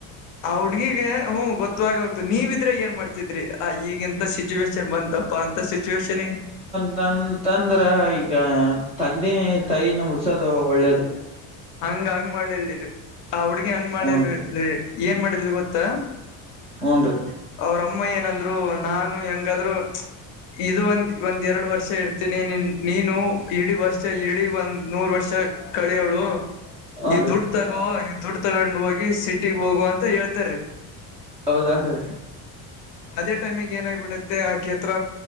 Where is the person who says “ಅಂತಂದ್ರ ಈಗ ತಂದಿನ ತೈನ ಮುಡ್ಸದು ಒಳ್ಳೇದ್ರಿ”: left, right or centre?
Right